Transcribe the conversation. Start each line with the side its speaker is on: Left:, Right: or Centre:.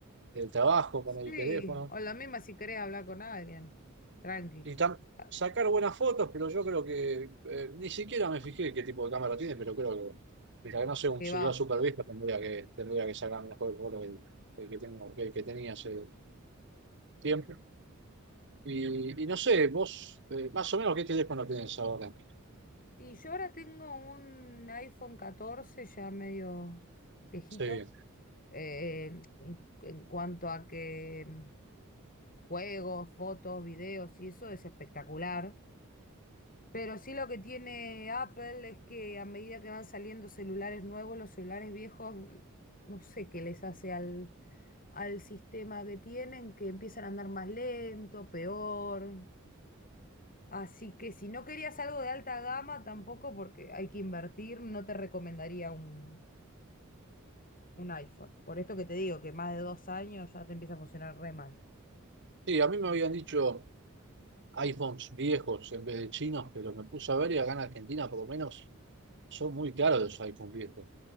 Right: de trabajo
Left: Sí,
Right: con el teléfono
Left: o la misma si querés hablar con alguien. Tranqui,
Right: y tam-
Left: a-
Right: sacar buenas fotos, pero yo creo que eh, ni siquiera me fijé qué tipo de cámara tiene, pero creo que, mientras que no sea un
Left: que
Right: celular
Left: va.
Right: super viejo, tendría que, tendría que sacar mejor foto que el, el que tengo, que el que tenía hace tiempo. Y, y no sé, vos, eh, más o menos, ¿qué teléfono tenés ahora?
Left: Y yo ahora tengo un iPhone catorce ya medio viejito.
Right: Sí.
Left: eh, en, en cuanto a que mm, juegos, fotos, videos y eso es espectacular. Pero sí lo que tiene Apple es que a medida que van saliendo celulares nuevos, los celulares viejos, mm, no sé qué les hace al, al sistema que tienen, que empiezan a andar más lento, peor. Así que si no querías algo de alta gama, tampoco porque hay que invertir, no te recomendaría un, un iPhone. Por esto que te digo, que más de dos años ya te empieza a funcionar re mal.
Right: Sí, a mí me habían dicho iPhones viejos en vez de chinos, pero me puse a ver y acá en Argentina por lo menos son muy caros los iPhones viejos. O